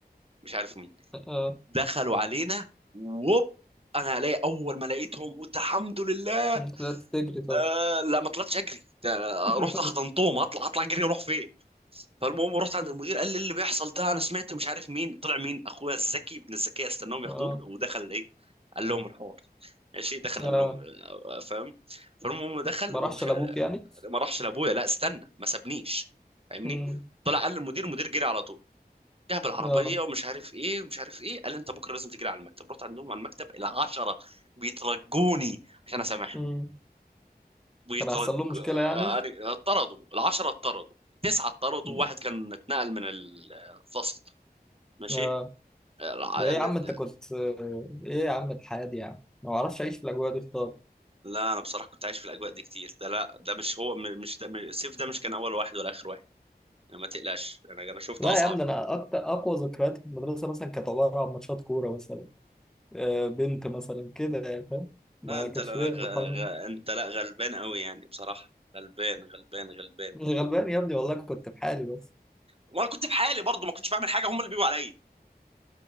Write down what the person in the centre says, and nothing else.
اه
طلعت تجري طب
<laughs>
اه
اه
ما
راحش لابوك
يعني
مم.
اه
مم.
كان هيحصل لهم مشكله يعني
مم.
اه
ده ايه يا
عم انت كنت آه، ايه يا عم الحياه دي يعني ما بعرفش اعيش في الاجواء دي خالص
لا
يا عم ده انا اكتر اقوى ذكريات في المدرسه مثلا كانت عباره عن ماتشات كوره مثلا آه، بنت مثلا كده يعني فاهم ما
كانش
ليا
في الحوار دي
مش غلبان يا ابني والله كنت في حالي بس